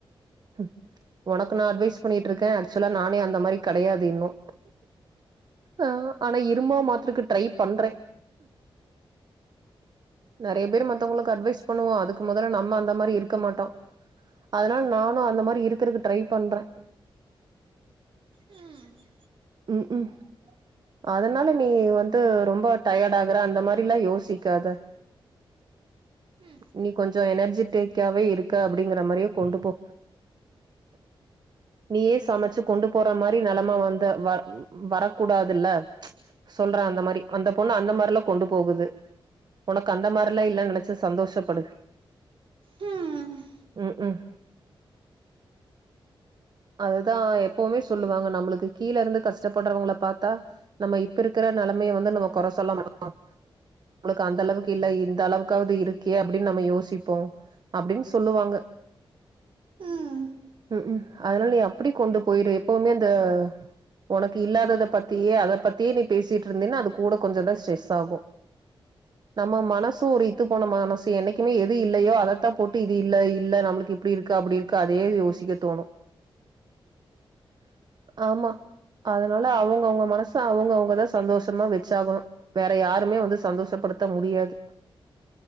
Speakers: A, on the right; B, on the right.
A: ம் ஒனக்கு நா அட்வைஸ் பண்ணிட்ருக்கே அக்சுவலா நானே அந்த மாரி கெடையாது இன்னொ அ ஆனா இரும்பா மாத்ருக்கு ட்ரை பண்றே நெறைய பேர் மத்தவங்ளுக்கு அட்வைஸ் பண்ணுவோ அதுக்கு மொதல்ல நம் ம அந்த மாரி இருக்க மாட்டோ அதுனால நானு அந்த மாரி இருக்குறக்கு ட்ரை பண்றே
B: ம்
A: ம் ம் அதுனால நீ வந்து ரொம்ப டயர்ட் ஆகுறே அந்த மாரில்லா யோசிக்காத
B: ம்
A: நீ கொஞ்சோ எனர்ஜிட்டேக்காவே இருக்க அப்டிங்கிற மாரியே கொண்டு போ நீயே சமச்சு கொண்டு போற மாரி நெலம வந் த வ வரக்கூடாதுல்ல சொல்ற அந்த மாரி அந்த பொண்ணு அந்த மாரில்லா கொண்டு போகுது ஒனக்கு அந்த மார்ல்லா இல்லன் நெனச்சு சந்தோஷப்படு
B: ம்
A: ம் ம் அதுதா எப்பவுமே சொல்லுவாங்க நம்ளுக்கு கீழ இருந்து கஷ்டப்பட்றவுங்கள பாத்தா நம்ம இப்ப இருக்குற நெலமைய வந்து நம்ம கொற சொல்ல மாட்டோ நம்ளுக்கு அந்த அளவுக்கு இல்ல இந்த அளவுக்காவது இருக்கே அப்டின்னு நம்ம யோசிப்போ அப்டின் சொல்லுவாங்க
B: ம்
A: ம் அதுனால நீ அப்டி கொண்டு போய்ரு எப்பவுமே அந்த ஒனக்கு இல்லாதத பத்தியே அத பத்தியே நீ பேசிட்ருந்தீனா அது கூட கொஞ்சொ தா ஸ்ட்ரெஸ் ஆகு நம்ம மனசு ஒரு இ த்துப்போன மனசு என்னைக்குமே எது இல்லையோ அதத்தா போட்டு இது இல்ல இல்ல நம்ளுக்கு இப்டி இருக்கு அப்டி இரு க்கு அதேத யோசிக்க தோணு ஆமா அதுனால அவுங்கவுங்க மனச அவுங்கவுங்கதா சந்தோஷமா வெச்சாகணு வேற யாருமே வந்து சந்தோஷப்படுத்த முடியாது